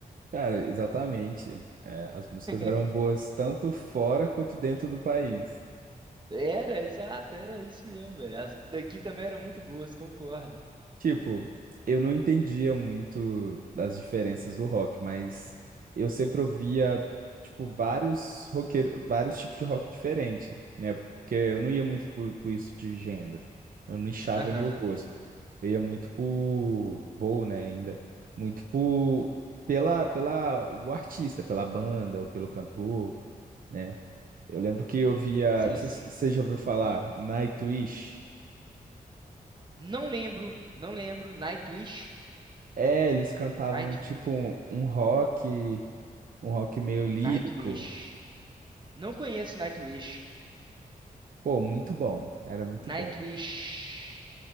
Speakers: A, on the right (about 65°); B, on the right (about 30°).
A: cara, exatamente. é, as músicas
B: <laughs>
A: eram boas tanto fora quanto dentro do país.
B: Era, exato, era isso mesmo, velho. As daqui também eram muito boas, concordo.
A: Tipo, eu não entendia muito das diferenças do rock, mas eu sempre ouvia, tipo, vários roqueiros, vários tipos de rock diferente, né? Porque eu não ia muito por, por isso de gênero. Eu não nichava
B: Aham,
A: meu gosto. Eu ia muito por, vou, né, ainda, muito por, pela, pela, o artista, pela banda ou pelo cantor, né? Eu lembro que eu via,
B: Sim,
A: não sei
B: sim.
A: se você já ouviu falar, Nightwish.
B: Não lembro, não lembro. Nightwish?
A: É, eles cantavam
B: Night,
A: tipo um, um rock, um rock meio lírico.
B: Nightwish. Não conheço Nightwish.
A: Pô, muito bom, era muito
B: Nightwish.
A: bom.